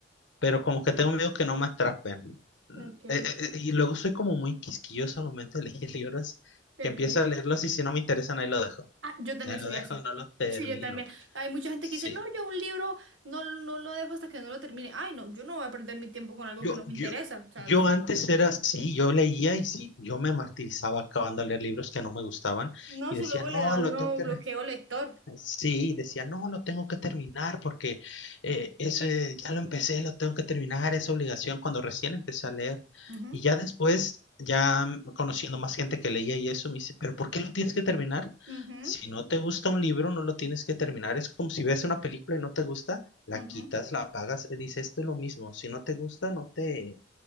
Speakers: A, on the left; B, on the right.
A: pero como que tengo miedo que no me atrapen. Mm,
B: Ok,
A: eh, eh, eh, y luego soy como muy quisquilloso al momento de elegir <laughs> libros,
B: ok.
A: que empiezo a leerlos y si no me interesan, ahí lo dejo.
B: Ah, yo también
A: Ahí
B: soy
A: lo dejo,
B: así.
A: no lo termino.
B: Sí, yo también. Hay mucha gente
A: Sí.
B: que dice, no, yo un libro no, no lo dejo hasta que no lo termine. Ay, no, yo no voy a perder mi tiempo con algo
A: Yo,
B: que no me
A: yo,
B: interesa. O sea,
A: yo antes era así, yo leía y sí, yo me martirizaba acabando de leer libros que no me gustaban
B: no,
A: y
B: eso
A: decía,
B: luego
A: no,
B: le da a
A: lo
B: uno
A: tengo que
B: bloqueo lector.
A: Sí, decía, no, lo tengo que terminar porque eh, eso, eh, ya lo empecé, lo tengo que terminar, es obligación cuando recién empecé a leer.
B: Ujú,
A: Y ya después, ya mm, conociendo más gente que leía y eso, me dice, pero ¿por qué lo tienes que terminar?
B: ujú,
A: Si no te gusta un libro, no lo tienes que terminar. Es como si ves una película y no te gusta, la
B: ujú,
A: quitas, la apagas. Eh, Dice, esto es lo mismo. Si no te gusta, no te,